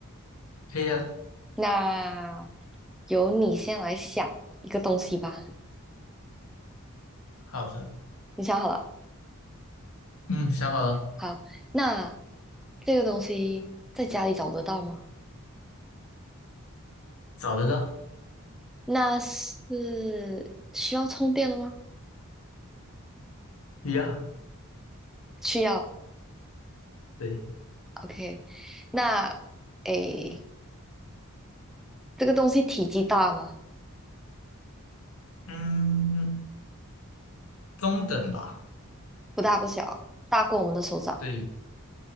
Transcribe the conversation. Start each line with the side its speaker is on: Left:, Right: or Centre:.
Left: 可以啊，
Centre: 那由你先来想一个东西吧。
Left: 好的，
Centre: 你想好了？
Left: 嗯，想好了，
Centre: 好，那这个东西在家里找得到吗？
Left: 找得到，
Centre: 那是需要充电的吗？
Left: 一样，
Centre: 需要。
Left: 对，
Centre: OK，那诶，这个东西体积大吗？
Left: 嗯，中等吧，
Centre: 不大不小，大过我们的手掌，
Left: 对，